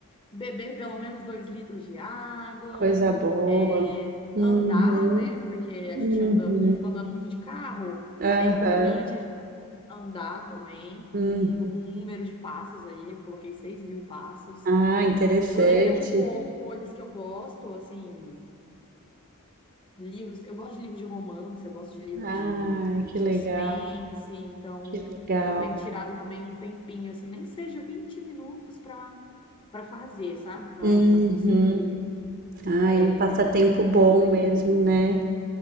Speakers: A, on the left; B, on the right.
A: beber pelo menos dois litros de água,
B: coisa boa.
A: é,
B: Uhum,
A: andar, né? Porque a
B: uhum,
A: gente anda, fica andando muito de carro,
B: aham,
A: é importante a gente andar também,
B: hum.
A: um, um número de passos aí, eu coloquei seis mil passos,
B: Ah, interessante.
A: ler um pouco coisas que eu gosto, assim livros. Eu gosto de livros de romance, eu gosto de livros
B: Ai,
A: de
B: que
A: suspense,
B: legal,
A: então
B: que legal.
A: eu tenho tirado também um tempinho, assim, nem que seja 20 minutos para para fazer, sabe? Para
B: Uhum.
A: para conseguir
B: Ah,
A: é,
B: é um passatempo bom
A: ter essa leitura.
B: mesmo, né?